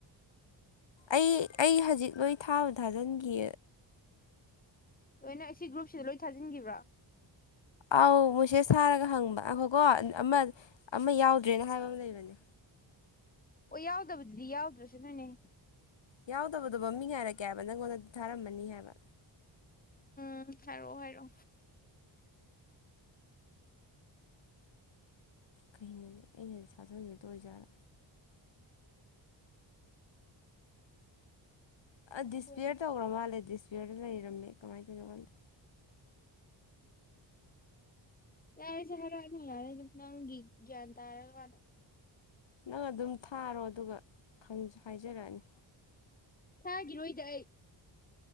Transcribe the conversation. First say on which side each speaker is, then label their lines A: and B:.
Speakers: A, on the left; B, on the left.
A: ꯑꯩ ꯑꯩ ꯍꯧꯖꯤꯛ ꯅꯣꯏ ꯊꯥꯕ ꯊꯥꯖꯤꯟꯈꯤ
B: ꯂꯣꯏꯅ ꯁꯤ ꯒ꯭ꯔꯨꯞꯁꯤꯗ ꯂꯣꯏ ꯊꯥꯖꯤꯟꯈꯤꯕ꯭ꯔꯥ
A: ꯑꯥꯎ ꯃꯣꯏꯁꯦ ꯁꯥꯔꯒ ꯍꯪꯕ ꯑꯩꯈꯣꯏꯀꯣ ꯑꯃ ꯑꯃ ꯌꯥꯎꯗ꯭ꯔꯦꯅ ꯍꯥꯏꯕ ꯑꯃ ꯂꯩꯕꯅꯦ
B: ꯑꯣ ꯌꯥꯎꯗꯕꯗꯨꯗꯤ ꯌꯥꯎꯗ꯭ꯔꯁꯨ ꯅꯣꯏꯅꯦ
A: ꯌꯥꯎꯗꯕꯗꯨꯣ ꯃꯃꯤ ꯉꯥꯏꯔꯛꯀꯦ ꯍꯥꯏꯕ ꯅꯪꯉꯣꯟꯗꯗꯤ ꯊꯥꯔꯝꯃꯅꯤ ꯍꯥꯏꯕ
B: ꯎꯝ ꯍꯥꯏꯔꯣꯑꯣ ꯍꯥꯏꯔꯣ
A: ꯀꯩꯅꯣꯅꯦ ꯑꯩꯅ ꯁꯥꯖꯟꯕꯗꯣ ꯑꯣꯏꯖꯥꯠꯔꯥ ꯑ ꯗꯤꯁꯄ꯭ꯂꯦꯌꯔ
B: ꯀꯣꯟꯅ
A: ꯇꯧꯈ꯭ꯔꯣ ꯃꯥꯜꯂꯦ ꯗꯤꯁꯄ꯭ꯂꯌꯔꯗ ꯂꯩꯔꯝꯃꯦ ꯀꯃꯥꯏꯅ ꯇꯧꯅꯣ ꯀꯥꯟꯗ
B: ꯌꯥꯔꯦꯁꯤꯦ ꯍꯥꯏꯔꯅꯤ ꯌꯥꯔꯦ ꯑꯗꯨꯅꯪ ꯭ꯌꯥꯟ ꯇ ꯍꯥꯏꯔ ꯋꯥ
A: ꯅꯪ ꯑꯗꯨꯝ ꯊꯥꯔꯣ ꯑꯗꯨꯒ ꯍꯥꯏꯖꯔꯛꯑꯅꯤ
B: ꯊꯥꯒꯤꯔꯣꯏꯗ ꯑꯩ